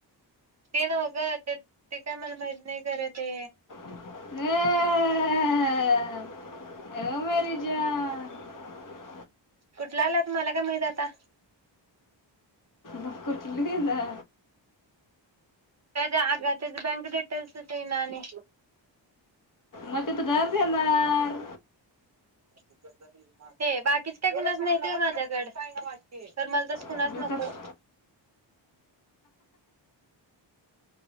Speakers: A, on the right (about 35°); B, on the left (about 45°).
A: ते नाव कां ते ते काय मला माहत नाही खरं ते
B: <unintelligible> <unintelligible>
A: कुठला आला त मला काय माहित आता
B: मग कुठली ना
A: त्याज आग तेच बँक डिटेल्स तेन आणि
B: मग तिथं घर देणार
A: <unintelligible> ते बाकीच काय कुणाचं नाहीत माझ्याकड तर मला त कुणाच
B: मग
A: नको
B: कस-
A: <inaudible>